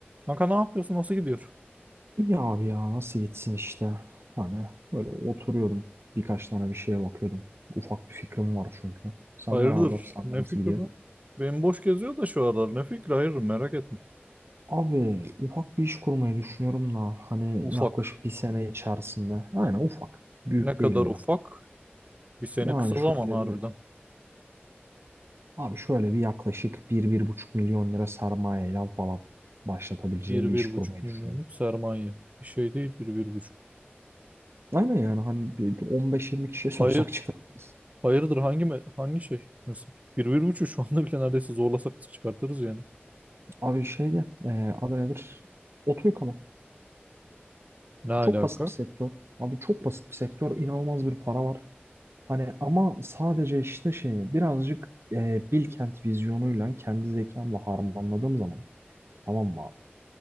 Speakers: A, on the right; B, on the right.
A: Kanka ne yapıyorsun? Nasıl gidiyor?
B: İyi abi ya nasıl yetsin işte. Hani böyle oturuyordum. Birkaç tane bir şeye bakıyordum. Ufak bir fikrim var çünkü. Senden
A: Hayırdır?
B: ne haber? Senden
A: Ne
B: nasıl
A: fikri
B: gidiyor?
A: bu? Benim boş geziyor da şu aralar. Ne fikri? Hayırdır merak ettim.
B: Abi ufak bir iş kurmayı düşünüyorum da hani
A: Ufak.
B: yaklaşık bir sene içerisinde. Aynen ufak. Büyük
A: Ne kadar
B: değil öyle.
A: ufak? Bir sene
B: Yani
A: kısa
B: şöyle
A: zaman harbiden.
B: bir abi şöyle bir yaklaşık bir bir buçuk milyon lira sermayeyle falan başlatabileceğim
A: Bir,
B: bir
A: bir
B: iş kurmayı
A: buçuk milyonluk
B: düşünüyorum.
A: sermaye. Bir şey değil bir, bir buçuk.
B: Aynen yani hani bir 15-20 kişiye <laughs> sorsak
A: Hayır,
B: çıkarız.
A: hayırdır hangi me- hangi şey meslek? Bir, bir buçuk şu anda bile neredeyse zorlasak çıkartırız yani.
B: Abi şeyde e, adı nedir? Oto yıkama.
A: Ne alaka?
B: Çok basit bir sektör. Abi çok basit bir sektör. İnanılmaz bir para var. Hani ama sadece işte şeyi birazcık e, Bilkent vizyonuyla kendi zekamla harmanladığım zaman tamam mı abi?